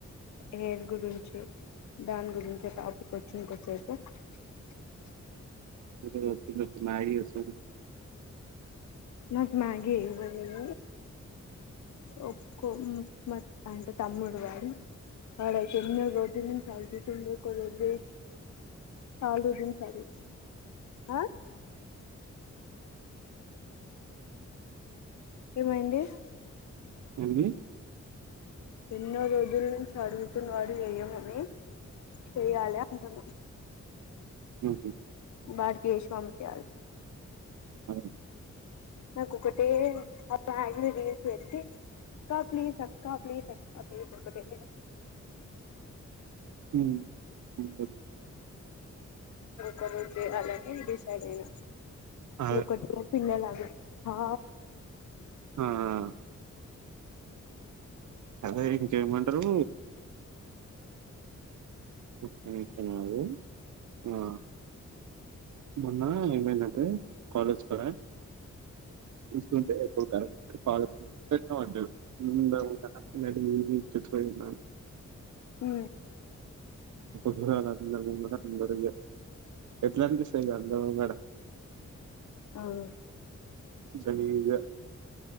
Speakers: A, on the left (about 75°); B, on the right (about 85°).
A: హెయిర్ గురించి దాని గురించి టాపిక్ వచ్చింది కొంతసేపు ఆ
B: ఈరోజు పిల్లలకు మ్యాగీ చేస్తా
A: నాకు మ్యాగీ ఇవ్వండి ఒక్క కో అంటే తమ్ముడు వాడు అడతే చిన్న రోడ్ సాగు ఒక రోల కాళ్లు గుంజు తానే ఆ ఏమైంది
B: అండి
A: ఎన్నో రోజుల నుంచి అడుగుతున్న వాడు చెయ్యమని చెయాలి అంటున
B: ఉ హ
A: బ్యాగేసి పంపియాలి
B: అదే.
A: నాకు ఒక్కటే అందరి ముంగట అక్క ప్లీస్ అక్క ప్లీస్ అక్క ప్లీస్ ఒక్కటే
B: ఉ కొంచెం
A: కనబడితే అలానే డిసైడ్ అయినా
B: అదే.
A: ఒకటి పిల్లలు హా
B: ఆ హు అదే ఇంకేయమంటారు ముపే నిమిషాలు ఆ మొన్న ఏమైందంటే కాలేజ్ కడా చూస్తుంటే కాలేజీ కాడ ఇప్పుడు అటు పోగుడు తక్కువ అయిందా
A: ఉ
B: పొద్దుగాల అందరు ముంగట అన్నాడు ఎట్లా అనిపిస్తుంది అందరి ముంగట
A: అవు
B: దలీగ